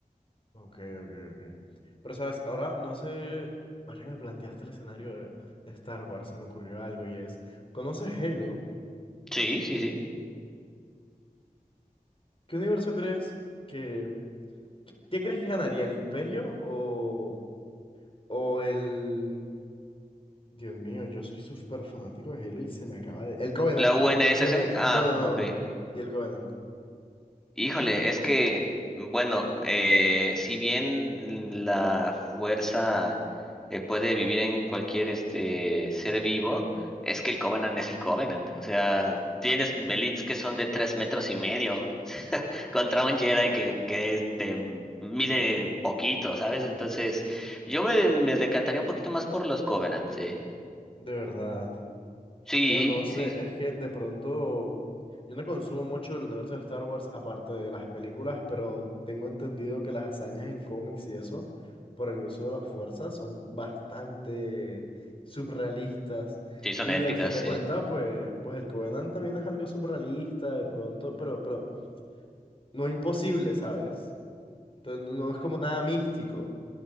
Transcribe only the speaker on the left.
Ok, ok, ok. Pero, ¿sabes? Ahora no sé. Ahora que me planteaste el escenario de, de Star Wars, se me ocurrió algo y es: ¿conoces Halo?
¿Qué universo crees que, ¿Qué crees que ganaría, el Imperio o, o el... Dios mío, yo soy súper fanático de Halo y se me acaba de... El Covenant.
Se me... ca-
No, no,
no. Y el Covenant.
De verdad.
Bueno, no sé,
es que de pronto yo no consumo mucho el universo de Star Wars aparte de las películas, pero tengo entendido que las hazañas en cómics y eso, por el uso de las fuerzas, son bastante subrealistas.
Y
a fin de
cuentas, pues, pues el Covenant también es algo subrealista de pronto, pero, pero no imposible, ¿sabes? Entonces no no es como nada místico.